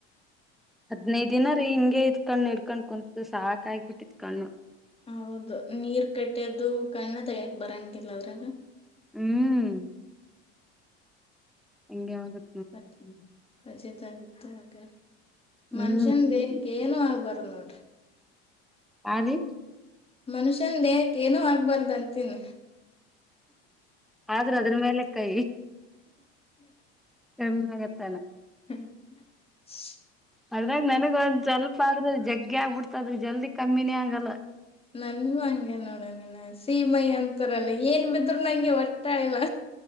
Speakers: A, in the centre; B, on the left.
A: ಹದ್ನೈದು ದಿನ ರೀ ಹಿಂಗೆ ಇಡ್ಕೊಂಡು ಕುಂತು ಸಾಕ ಆಬಿಟ್ಟಿತ್ತು ಕಣ್ಣು.
B: ಹೌದು ನೀರ್ ಕಟ್ಟಿದ್ದು ಕಣ್ಣ ತಗ್ಯಕ ಬರಂಗಿಲ್ಲ ಅದ್ರಾಗ.
A: ಹ್ಮ್ ಹೆಂಗೆ ಆಗುತ್ತೆ.
B: ಬತ್ವಿ. ರಜೆ ತರಿತು. <unintelligible> ಮನ್ಶುನ್
A: ಹ್ಮ್
B: ದೆ ಕೆನು ಆಗ್ಬರ್ದು ನೋಡ್ರಿ.
A: ಆರಿ
B: ಮನುಷ್ಯನ್ ದೇಹಕ್ ಏನು ಆಗ್ಬಾರ್ದ್ ಅಂತೀನಿ.
A: ಆದ್ರೂ ಅದ್ರ ಮೇಲೆ ಕೈ. ಕಮಿಯಾಗತ್ತಾನ.
B: ಹ್ಮ್ ಸ್.
A: ಅದ್ರಾಗ್ ನನ್ಗ ಒಂದ್ ಸ್ವಲ್ಪ ಅದ್ರು ಜಗ್ಗಗಿ ಆಗ್ಬಿಡ್ತದ್ರಿ ಜಲ್ದಿ ಕಮ್ಮಿನೇ ಆಗಲ್ಲ.
B: ನನ್ಗೂ ಹಂಗೆ ನೋಡ ನೀನಾ ಹಸೀಮೈ ಅಂತರಲ್ಲ ಏನ್ ಬಿದ್ರು ನಂಗೆ ಒಟ್ಟಗಿಲ್ಲ.